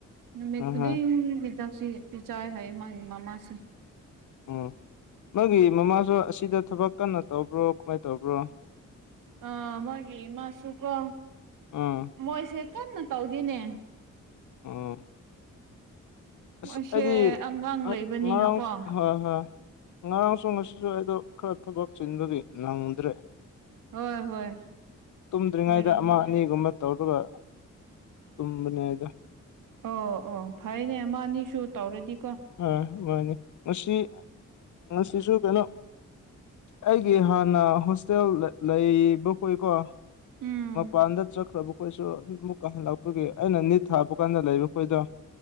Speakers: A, on the right; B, on the left.
A: ꯅꯨꯃꯤꯠ
B: ꯑ
A: ꯈꯨꯗꯤꯡ
B: ꯍ
A: ꯍꯤꯗꯥꯛꯁꯤꯄꯤꯤ ꯆꯥꯏ ꯍꯥꯏꯌꯦ ꯃꯥꯒꯤ ꯃꯃꯥꯁꯦ
B: ꯎꯝ ꯃꯥꯒꯤ ꯃꯃꯥꯁꯨ ꯑꯁꯤꯗ ꯊꯕꯛ ꯀꯟꯅ ꯇꯧꯕ꯭ꯔꯣ ꯀꯃꯥꯏꯅ ꯇꯧꯕ꯭ꯔꯣ
A: ꯑ ꯃꯒꯤ ꯏꯃꯁꯨ ꯀꯣ
B: ꯎꯝ
A: ꯃꯣꯏꯁꯦ ꯀꯟꯅ ꯇꯧꯒꯦꯅꯦ
B: ꯎꯝ ꯑꯁ
A: ꯃꯣꯏꯁꯦ
B: ꯑꯩꯗꯤ
A: ꯑꯉꯥꯡ ꯂꯩꯕꯅꯤꯅꯀꯣ
B: ꯉꯥꯡ ꯍꯣꯏ ꯍꯣꯏ ꯉꯔꯥꯡꯁꯨ ꯉꯁꯤꯁꯨ ꯑꯩꯗꯣ ꯈꯔ ꯊꯕꯛ ꯆꯤꯟꯕꯒꯤ ꯅꯪꯉꯨꯗ꯭ꯔꯦ
A: ꯍꯣꯏ ꯍꯣꯏ
B: ꯇꯨꯝꯗ꯭ꯔꯤꯉꯩꯗ
A: ꯑꯣꯏꯔꯝꯒꯅꯤ
B: ꯑꯃ ꯑꯅꯤꯒꯨꯝꯕ ꯇꯧꯔꯒ ꯇꯨꯝꯅꯦ ꯍꯥꯏꯗ
A: ꯑꯣ ꯑꯣ ꯐꯩꯅꯦ ꯃꯥꯅꯤꯁꯨ ꯇꯧꯔꯗꯤ
B: ꯍ ꯃꯥꯅꯤ ꯃꯁꯤ ꯃꯁꯤꯁꯨ ꯀꯩꯅꯩꯅꯣ ꯑꯩꯒꯤ ꯍꯥꯟꯅ ꯍꯣꯁꯇꯦꯜ ꯂꯩꯕ ꯀꯣꯏꯀꯣ
A: ꯎꯝ
B: ꯃꯄꯥꯟꯗ ꯆꯠꯈ꯭ꯔꯕ ꯈꯣꯏꯁꯨ ꯑꯃꯨꯛꯀ ꯍꯜꯂꯛꯄꯒꯤ ꯑꯩꯅ ꯅꯤꯠ ꯊꯥꯕ ꯀꯥꯟꯗ ꯂꯩꯕ ꯈꯈꯣꯏꯗꯣ ꯑꯗꯨ